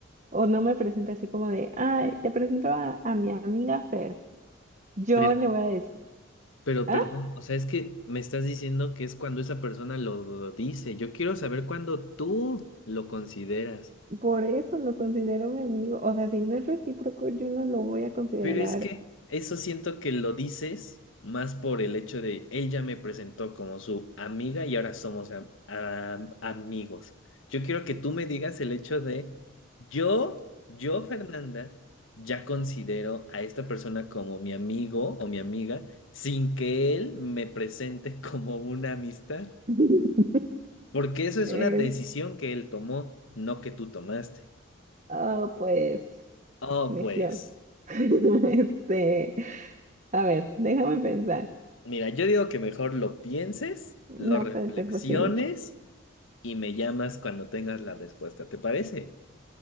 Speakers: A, on the right; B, on the left.
A: o no me presente así como de, ay, te presento a, a mi amiga Fer. Yo
B: Pero,
A: le voy a decir.
B: pero
A: ah
B: perdón, o sea, es que me estás diciendo que es cuando esa persona lo dice. Yo quiero saber cuándo tú lo consideras.
A: Por eso lo considero mi amigo. O sea, si no es recíproco, yo no lo voy a considerar.
B: Pero es que eso siento que lo dices más por el hecho de él ya me presentó como su amiga y ahora somos am- am- amigos. Yo quiero que tú me digas el hecho de yo, yo, Fernanda, ya considero a esta persona como mi amigo o mi amiga sin que él me presente <laughs> como una amistad,
A: <laughs>
B: porque eso es
A: Es,
B: una decisión que él tomó, no que tú tomaste.
A: ah, pues,
B: Oh,
A: necio.
B: pues.
A: <laughs> Este, a ver, déjame pensar.
B: Mira, yo digo que mejor lo pienses, lo
A: No
B: reflexiones
A: puede ser posible.
B: y me llamas cuando tengas la respuesta. ¿Te parece?